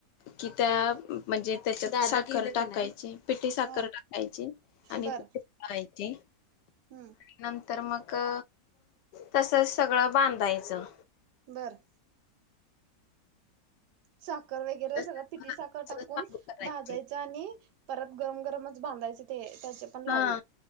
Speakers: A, on the left (about 80°); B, on the right (about 75°).
A: कि त्या म्हणजे त्याच्यात साखर टाकायची पिटी साखर
B: हा
A: टाकायची आणि
B: बर
A: आणि
B: हम्म
A: नंतर मग का तसच सगळं बांधायचं
B: बरं साक साखर वगैरे
A: चालू
B: सगळं पिठी साखर टाकून
A: करायची
B: भाजायच आणि परत गरम ग बांधयचेत ते त्याचे पण लाडू
A: हा